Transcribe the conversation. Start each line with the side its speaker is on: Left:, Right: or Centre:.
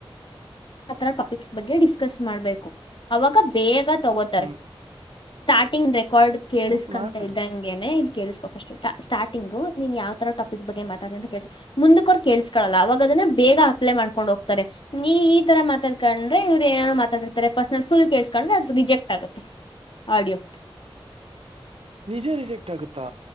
Left: ಆಥರ ಟಾಪಿಕ್ಸ್ ಬಗ್ಗೆ ಡಿಸ್ಕಸ್ ಮಾಡ್ಬೇಕು ಅವಾಗ ಬೇಗ ತಗೋತಾರೆ
Right: ಹ್ಮ್
Left: ಸ್ಟಾರ್ಟಿಂಗ್ ರೆಕಾರ್ಡ್ ಕೇಳಿಸಕೊಂತ
Right: ಮತ್ ಮಾತಾಡ
Left: ಇದ್ದಂಗೆನೆ ಇ ಕೇಳಕೋ ಫಸ್ಟ್ ಸ್ಟಾರ್ಟಿಂಗ್ ನೀನ್ ಯಾವ ತರ ಟಾಪಿಕ್ಗ್ ಮಾತಾಡ ಅಂತ ಕೇಳ ಮುಂದಕ್ಕೆ ಅವರು ಕೇಳ್ಸ್ಕೊಳ್ಳೋಲ್ಲ ಅವಗದನ್ನೆ ಬೇಗ ಅಪ್ಲೈ ಮಾಡ್ಕೊಂಡ್ ಹೋಗ್ತಾರೆ ನೀ ಈ ತರ ಮಾತಡ್ಕೊಂಡ್ರ ಇವ್ರು ನೋ ಮಾತಾಡ್ತಾರೆ ಪರ್ಸನಲ್ ಫುಲ್ ಕೇಳ್ಸ್ಕೊಂಡ ಅದು ರಿಜೆಕ್ಟ್ ಆಗುತ್ತೆ ಆಡಿಯೋ
Right: ನಿಜೆ ರಿಜೆಕ್ಟ್ ಆಗತಾ